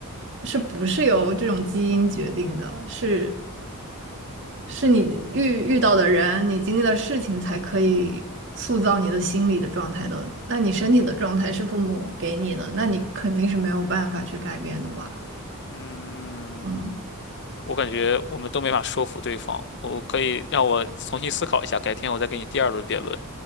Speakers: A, on the right; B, on the left.
A: 是不是由这种基因决定的？是是你遇遇到的人，你经历的事情才可以塑造你的心理的状态的。那你身体的状态是父母给你的，那你肯定是没有办法去改变的吧？
B: 嗯，
A: 嗯，
B: 我感觉我们都没法说服对方。我可以让我重新思考一下，改天我再给你第二轮辩论。